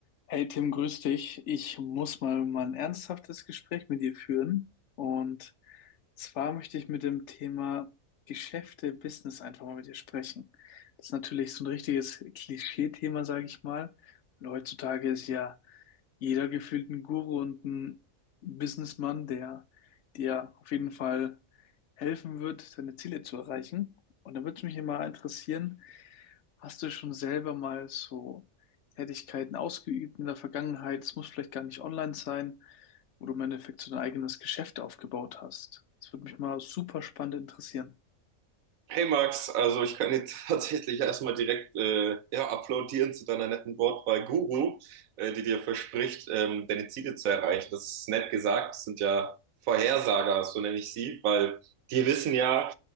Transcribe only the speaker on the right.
Hey Max, also ich kann dir <laughs> tatsächlich erstmal direkt äh, ja, applaudieren zu deiner netten Wortwahl Guru, äh, die dir verspricht, ähm, deine Ziele zu erreichen. Das ist nett gesagt, das sind ja Vorhersager, so nenne ich sie, weil die wissen ja,